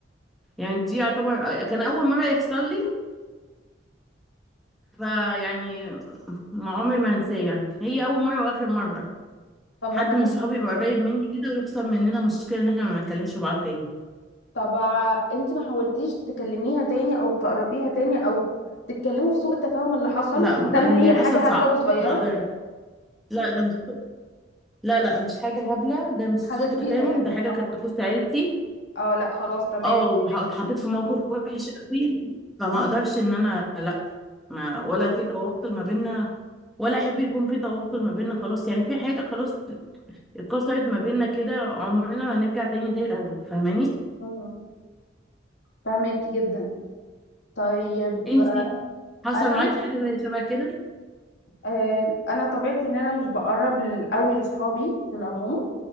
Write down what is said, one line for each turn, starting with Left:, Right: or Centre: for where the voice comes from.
Centre: يعني دي يعتبر آه، كان أول مرة يحصل لي فيعني ما عمري ما هنساه يعني هي أول مرة وآخر مرة
Left: طب
Centre: حد
Left: انا
Centre: من
Left: عندي
Centre: صحابي يبقى قريب مني كده ويحصل مننا مشكلة إن إحنا ما نتكلمش بعض تاني
Left: طب ع- انت ما حاولتيش تكلميها تاني او تقربيها تاني او تتكلموا في سوء التفاهم اللي حصل
Centre: لا
Left: ما
Centre: م-
Left: دام
Centre: اللي
Left: هي حاجه
Centre: حصل صعب
Left: هبله وصغيره
Centre: ما أقدر لا ده مش سوء- لا لا مش حاجة هبلة ده مش سوء
Left: حاجه كبيره
Centre: تفاهم
Left: يعني
Centre: ده حاجة
Left: اه
Centre: كانت تخص عيلتي
Left: اه لا خلاص تمام
Centre: اه وح-
Left: فاكر.
Centre: اتحطيت في موقف وحش قوي فما
Left: امم
Centre: أقدرش إن أنا لا ما ولا في تواصل ما بيننا ولا أحب يكون في تواصل ما بيننا خلاص يعني في حاجة خلاص اتكسرت ما بيننا كده عمرنا ما هنرجع تاني زي الاول فاهماني
Left: امم فاهمك جدا طيب
Centre: انتي حصل
Left: انا
Centre: معاكي حاجه زي شبه كده
Left: آه انا طبيعتي ان انا مش بقرب ل- قوي لاصحابي في العموم